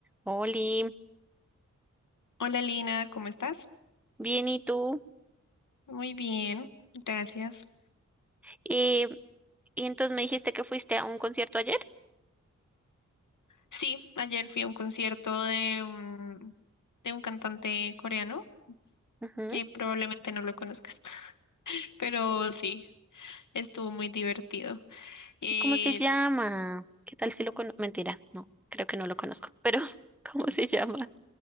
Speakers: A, in the centre; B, on the left.
A: Oli,
B: Hola Lina, ¿cómo estás?
A: bien, ¿y tú?
B: Muy bien, gracias.
A: Eh, y entonces me dijiste que fuiste a un concierto ayer.
B: Sí, ayer fui a un concierto de un, de un cantante coreano
A: Ujú.
B: que probablemente no lo conozcas, <laughs> pero sí, estuvo muy divertido. Eh,
A: ¿Y cómo se llama? ¿Qué tal si lo conozco? Mentira, no, creo que no lo conozco, pero <laughs> ¿cómo se llama?